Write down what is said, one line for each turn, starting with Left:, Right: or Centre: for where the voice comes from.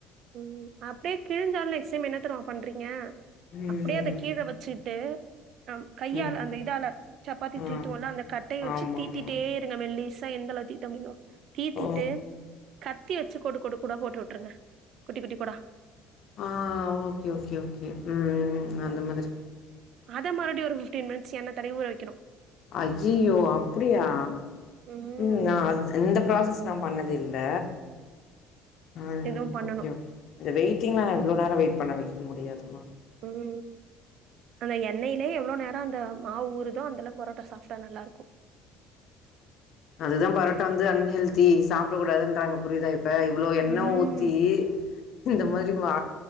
Right: உம் அப்டியே கிழிஞ்சாலு நெக்ஸ்ட் டைம் என்னா தெரியுமா பண்றீங்க
Left: ம்.
Right: அப்டியே அத கீழ வச்சிட்டு அ கையால
Left: ம்.
Right: அந்த இதால சப்பாத்தி
Left: ஆ.
Right: தீத்துவோல்ல அந்த கட்டைய வெச்சு
Left: ஆமாமா.
Right: தீத்திட்டே இருங்க மெல்லீஸ் சா எந்த அளவு தீட்ட முடியிதோ தீத்திட்டு
Left: ஓ!
Right: கத் த்தி வெச்சி கோடு கோடு கோடா போட்டு உட்ருங்க குட்டி குட்டி கோடா
Left: ஆ ஓகே ஓகே ஓகே உம் அந்த மாதிரி
Right: அத மறுபடி ஒரு ஃபிஃப்டீன் மினிட்ஸ் எண்ண தடவி ஊற வெக்கணு
Left: அய்யய்யோ அப்டியா
Right: ம்
Left: உம் நா அந் இந்த ப்ராசஸ் நா பண்ண தில்ல ம்
Right: இதுவும் பண்ணணும்
Left: ஓகே ஓகே இந்த வெய் க்கிங்னா நா இவ்ளோ நேரொ வெய்ட் பண்ண வெக்க முடியாது
Right: உம் அந்த எண்ணெயிலயே எவ்ளோ நேரொ அந்த மாவு ஊரு தோ அந்தளவுக் பரோட்டா சாஃப்ட்டா நல்லாருக்கு
Left: அதுதா பரோட்டா வந்து அன்ஹெல்தி சாப் ட கூடாதுன்றாங்க புரிதா இப் இப்ப இவ்ளோ
Right: ம்
Left: எண்ண ஊத்தி இந்த மாரி மா